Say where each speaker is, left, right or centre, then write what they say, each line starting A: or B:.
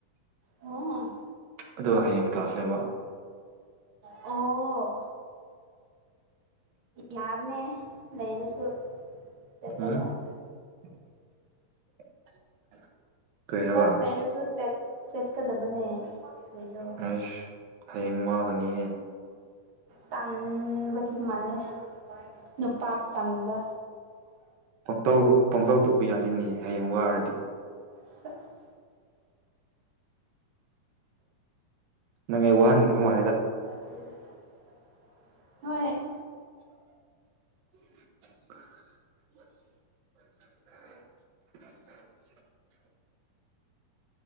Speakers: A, on the right (about 45°); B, on the right (about 85°).
A: ꯎꯝ
B: ꯑꯗꯨꯣ ꯍꯌꯦꯡ ꯀ꯭ꯂꯥꯁ ꯂꯩꯕ
A: ꯑꯣ ꯌꯥꯕꯅꯦ ꯂꯩꯔꯁꯨ ꯆꯠꯄ
B: ꯎꯝ
A: ꯌꯥꯕꯅꯤ
B: <unintelligible>
A: ꯀ꯭ꯂꯥꯁ
B: ꯍꯥꯏꯕ
A: ꯂꯩꯔꯁꯨ ꯆꯠꯀꯗꯕꯅꯦ ꯀꯔꯤꯔꯣ
B: ꯑꯩꯁ ꯍꯌꯦꯡ ꯃꯥꯒꯅꯤ ꯍꯌꯦꯡ
A: ꯇꯥꯟꯕꯅꯕꯒꯤ ꯃꯥꯂꯦ ꯅꯨꯄꯥ ꯇꯟꯕ
B: ꯄꯣꯟꯇꯧ ꯄꯣꯟꯇꯧ ꯇꯧꯕ ꯌꯥꯗꯦꯅꯦ ꯍꯌꯦꯡ ꯋꯥꯔꯗꯤ
A: ꯁꯁ
B: ꯅꯪ ꯑꯩ ꯋꯥꯍꯟꯅꯤꯡꯕ ꯃꯥꯜꯂꯤꯦꯗ
A: <unintelligible> ꯍꯣꯏ
B: <unintelligible>